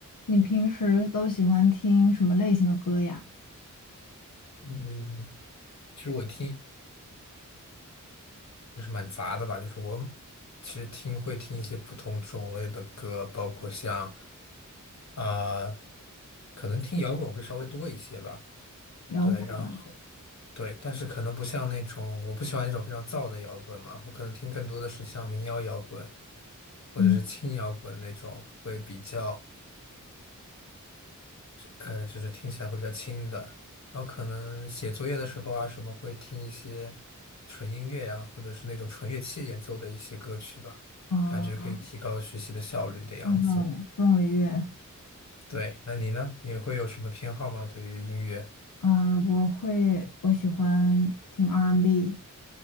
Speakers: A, on the left (about 80°); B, on the left (about 55°).
A: 你平时都喜欢听什么类型的歌呀？
B: 嗯，其实我听就是蛮杂的吧，就是我其实听会听一些不同种类的歌，包括像啊、可能听摇滚会稍微多一些吧，
A: 摇滚，
B: 对，然后对，但是可能不像那种我不喜欢那种非常燥的摇滚嘛，我可能听更多的是像民谣摇滚或者是轻摇滚那种会比较。
A: 嗯
B: 呃，就是听起来会比较轻的。然后可能写作业的时候啊，什么会听一些纯音乐呀、或者是那种纯乐器演奏的一些歌曲吧，
A: 啊，
B: 感觉可以提高学习的效率的样子。
A: 那种氛围乐
B: 对，那你呢？你会有什么偏好吗？对于音乐？
A: 啊，我会，我喜欢听 R&B，